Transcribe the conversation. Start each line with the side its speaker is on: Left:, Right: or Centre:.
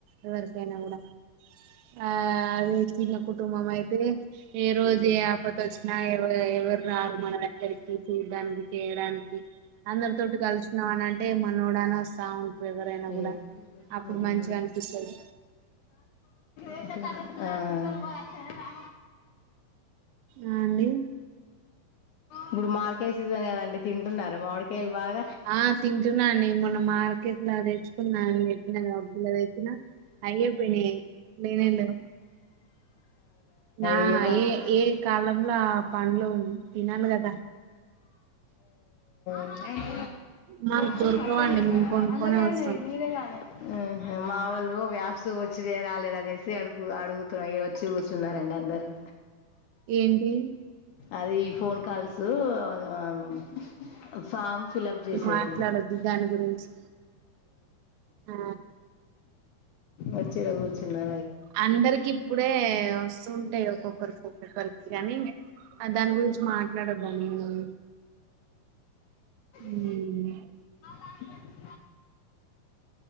Right: ఎవరికైనా కూడా ఆ అదే చిన్న కుటుంబం అయితే ఏ రోజు ఏ ఆపద వచ్చినా ఎవరు మన దగ్గరికి చూడానికి చేయడానికి అందరితోటి కలిసి వచ్చినవని అంటే మనోడని వస్తావుంటారు ఎవరైనా
Left: పేర్లు
Right: కూడా అప్పుడు
Left: పొద్దున
Right: మంచిగా అనిపిస్తది
Left: ఏం చేస్తారు ఆ
Right: ఆ అండి
Left: ఇప్పుడు మామిడికాయ సీజన్ కదండి తింటున్నార మామిడికాయలు బాగా
Right: ఆ తింటున్నాను అండి మొన్న మార్కెట్ల తెచ్చుకున్న అని చెప్పిన కదా ఒక కిలో తెచ్చిన అయ్యేపోయినయి లేనెలెవ్ అవునా
Left: ఇక మస్తు
Right: ఏ ఏ కాలంలో ఆ పండ్లు తినాలి కదా
Left: తినే
Right: మాకు
Left: అరె
Right: దొరకవండి మేము కొనుక్కొనే
Left: అందిరివి అయినయి
Right: వస్తాం
Left: నీవె కాలె మా వాళ్ళు వ్యాప్స్ వచ్చినయరాలేదా అని వస్తే అడుగు అడుగుతున్న ఇక వచ్చి కూర్చున్నారండి అందరు
Right: ఏంటి
Left: అది ఫోన్ కాల్సు ఆమ్ ఫామ్ ఫిలప్ చేశారు
Right: మాట్లాడద్దు దాని గురించి ఆ
Left: వచ్చిడ కూర్చున్నా
Right: అందరికి ఇప్పుడే వస్తుంటాయి ఒక్కొక్కరికి ఒక్కొక్కరికి కానీ ఆదని గురించి మాట్లాడొద్దాన్ని మనం ఉమ్
Left: వాళ్ళు వాళ్ళు